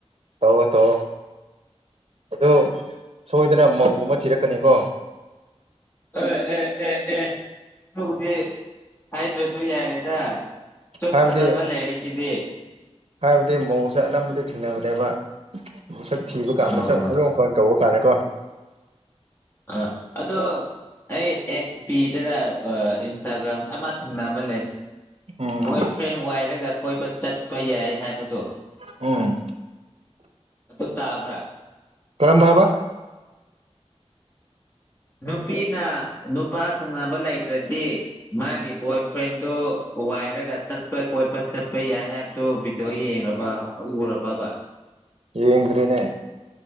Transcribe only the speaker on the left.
ꯑꯦ ꯑꯦ ꯑꯦ ꯑꯦ ꯑꯗꯨꯕꯨꯗꯤ ꯍꯥꯏꯗ꯭ꯔꯁꯨ ꯌꯥꯔꯦꯗ꯫ ꯁꯨ
ꯐꯖꯕ ꯂꯩꯔꯤꯁꯤꯗꯤ
ꯑꯣ
ꯑ ꯑꯗꯣ꯫ ꯑꯩ ꯑꯦꯐ ꯄꯕꯤꯗꯅ ꯏꯟꯁꯇꯥꯒ꯭ꯔꯥꯝ ꯑꯃ ꯊꯦꯡ ꯑꯃ ꯂꯩ
ꯕꯣꯏ ꯐ꯭ꯔꯦꯟ ꯋꯥꯏꯔꯒ ꯀꯣꯏꯕ ꯆꯠꯄ ꯌꯥꯏ ꯍꯥꯏꯕꯗꯨꯣ
ꯑꯗꯨ ꯇꯥꯕ꯭ꯔꯥ
ꯅꯨꯄꯤꯅ ꯅꯨꯄꯥ ꯈꯪꯅꯕ ꯂꯩꯇ꯭ꯔꯗꯤ ꯃꯥꯒꯤ ꯕꯣꯏ ꯐ꯭ꯔꯦꯟꯗꯣ ꯋꯥꯏꯔꯒ ꯆꯠꯄ ꯀꯣꯠꯄ ꯆꯠꯄ ꯌꯥꯏ ꯍꯥꯏꯕꯗꯨ ꯇꯣ ꯌꯦꯡꯕ ꯎꯔꯕꯕ